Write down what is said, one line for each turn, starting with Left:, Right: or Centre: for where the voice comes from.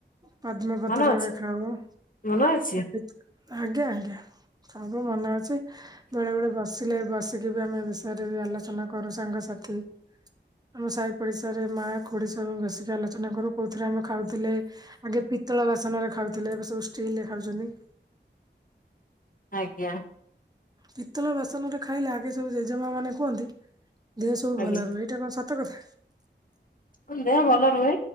Right: ପଦ୍ମପତ୍ରରେ
Left: ମନେ ଅଛି
Right: ଖାଉ
Left: ମନେ
Right: <inaudible>
Left: ଅଛି
Right: ଆଜ୍ଞା ଆଜ୍ଞା ସବୁ ମନେ ଅଛି ବେଳେ ବେଳେ ବସିଲେ ବଶ୍ ସିକି ବି ଆମେ ବିଷୟରେ ବି ଆଲୋଚନା କରୁ ସାଙ୍ଗସାଥି। ଆମ ସାହି ପଡିଶାରେ ମା ଖୁଡି ସବୁ ମିଶିକି ଆଲୋଚନା କରୁ କୋଉଥିରେ ଆମେ ଖାଉଥିଲେ। ଆଗେ ପିତ୍ତଳ ବାସନରେ ଖାଉଥିଲେ ଏବେ ସବୁ ଷ୍ଟିଲରେ ଖାଉଛନ୍ତି।
Left: ଆଜ୍ଞା।
Right: ପିତଳ ବାସନରେ ଖାଇଲେ ଆଗେ ସବୁ ଜେଜେମା ମାନେ କୁହନ୍ତି ଦେହ ସବୁ
Left: ଆଜ୍ଞା।
Right: ଭଲ ରୁହେ ଏଇଟା କଣ ସତ କଥା?
Left: ମୁ ଦେହ ଭଲ ରୁହେ।